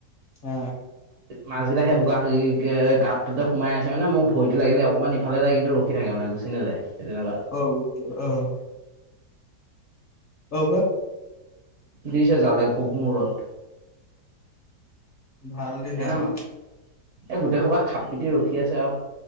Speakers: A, on the left; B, on the right.
A: অ
B: মাছকেইটা সেই বোকা গাতটোতে সোমাই আছে মানে মোৰ ভৰিটো লাগিল অকমান ইফালে যায় কিন্তু গুছি নাযায় তেনেকুৱা
A: অ, আহ, অ
B: দিছে জালে কুব মূৰত।
A: ভাল দিলে
B: সেইকাৰণে
A: মানে
B: এই গোটেই সোবা খাপ পিটি ৰখি আছে আৰু